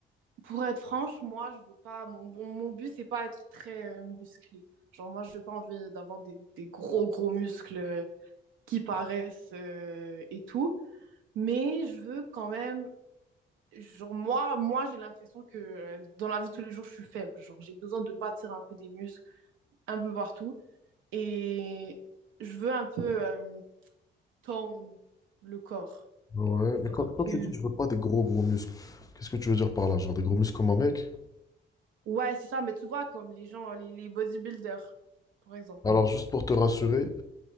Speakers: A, on the right; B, on the left.
A: pour être franche, moi, je veux pas. Mon, mon, mon but, c'est pas être très euh, musclé. Genre, moi, je veux pas envie d'avoir des, des gros, gros muscles. qui paraissent euh, et tout. Mais je veux quand même, genre, moi, moi j'ai l'impression que euh, dans la vie de tous les jours, je suis faible. Genre, j'ai besoin de bâtir un peu des muscles un peu partout. Et je veux un peu euh, tone le corps.
B: Ouais,
A: Genre
B: mais quand,
A: un
B: quand
A: peu.
B: tu dis que tu veux pas des gros gros muscles, qu'est-ce que tu veux dire par là? Genre des gros muscles comme un mec?
A: Ouais, c'est ça, mais tu vois, comme les gens, les, les bodybuilders, par exemple.
B: Alors, juste pour te rassurer,